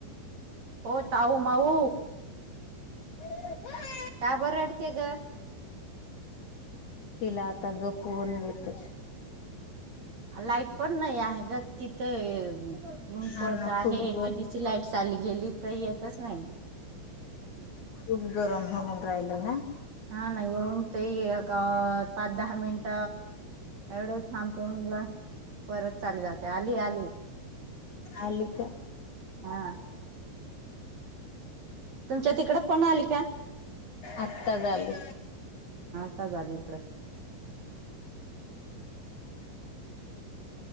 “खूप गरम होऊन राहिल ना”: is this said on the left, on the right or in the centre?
Left